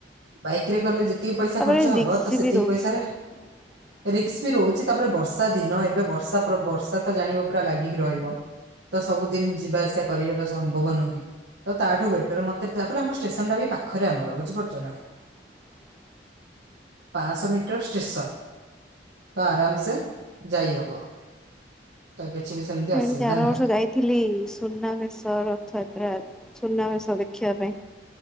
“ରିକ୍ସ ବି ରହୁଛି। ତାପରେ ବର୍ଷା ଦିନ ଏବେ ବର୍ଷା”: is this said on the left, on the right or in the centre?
Right